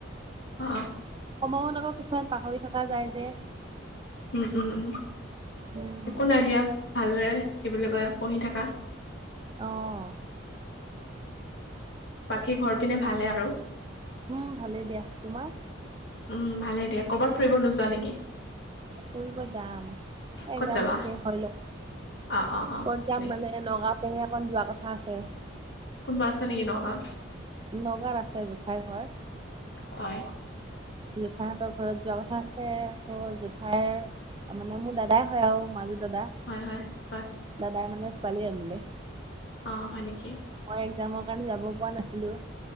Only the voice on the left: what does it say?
অ
উম, উম, উম।
একো নাই দিয়া ভালদৰে কি বুলি কয় পঢ়ি থকা।
বাকী ঘৰ পিনে ভালে আৰু?
উম, ভালে দিয়া ক'ৰবাত ফুৰিবোযোৱা নেকি?
ক'ত যাবা
অ অ অ
নেকি
কোনোব আছে নেকি ন গাওঁত?
হয়।
হয় হয়। হয়
অ', হয় নেকি?